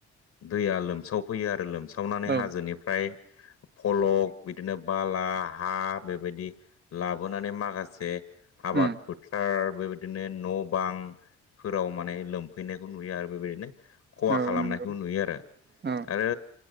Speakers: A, on the left; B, on the right.
A: दैया लोमसावफैयो आरो लोमसावनानै
B: औ
A: हाजोनि फलक बिदिनो बाला हा बेबायदि लाबोनानै माखासे आाबाद
B: उम
A: फोथार बेबायदिनो न' बांफोराव माने लोमफैनायखौ नुयो आरो बेबायदिनो खहा
B: औ
A: खालामनायखौ
B: नंगौ
A: नुयो आरो
B: औ
A: आरो